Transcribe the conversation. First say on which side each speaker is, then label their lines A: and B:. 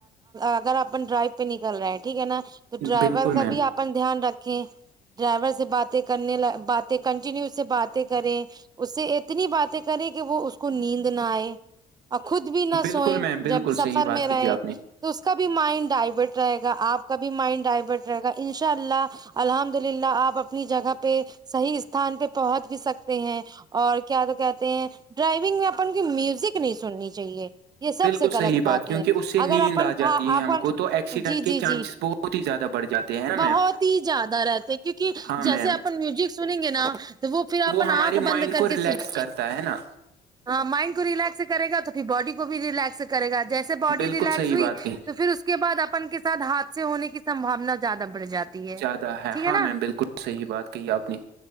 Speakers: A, on the right; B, on the right.
A: اگر اپن ڈرائیو پہ نکل رہا ہے ٹھیک ہے نا تو ڈرائیور
B: بالکل
A: کا
B: میم
A: بھی اپپن دھیان رکھیں ڈرائیور سے باتیں کرنے ل بات تو کنٹینیو سے سے باتیں کریں اس سے اتنی باتیں کریں کہ وہ اس کو نیند نہ آئے اور خود بھی نہ
B: بالکل
A: سوئیں
B: میم بالکل
A: جب سفر
B: صحیح بات
A: میں
B: کہی
A: رہیں
B: آپ نے
A: تو اس کا بھی مائنڈ ڈائورٹ رہے گا آپ کا بھی مائنڈ ڈائیورٹ رہے گا ان شاء اللہ الحمد للہ آپ اپنی جگہ پہ صحیح استھان پہ پہنچ بھی سکتے ہیں اور کیا تو کہتے ہیں ڈرائیونگ میں اپ کی میوزک نہیں سننی چاہیے یہ سب
B: بالکل
A: سے غلط
B: صحیح
A: بات
B: کیونکہ
A: ہے
B: اس سے نیند
A: اگر اپن
B: آ جاتی
A: کا
B: ہے
A: اپن
B: ہم کو تو ایکسیڈنٹ
A: جی
B: کے
A: جی
B: چانسز
A: جی
B: بہت ہی زیادہ بڑھ جاتے ہیں نا
A: بہت
B: میم
A: ہی زیادہ رہتے کیونکہ
B: ہاں
A: جیسے
B: میم
A: اپن میوزک سن سنیں گے نا تو وہ پھر اپن
B: ہمارے
A: آنکھ
B: مائنڈ
A: بند کر
B: کو ریلیکس
A: کے سن <unintelligible>
B: کرتا ہے نا
A: ہاں مائنڈ کو ریلیکس سے کر گا تو پھر باڈی کو بھی ریلیکس کرے گا جیسے باڈی
B: بالکل
A: ریلیکس
B: صحیح
A: ہوئی
B: بات کہی
A: تو پھر اس کے اس کے بعد اپن کے سھ حادث ہونے کی سبھانا زیادہ بڑھ جاتی ہے
B: زیادہ ہے
A: ٹھیک
B: ہاں
A: نا
B: میں بالکل صحیح بات کہ آپ نے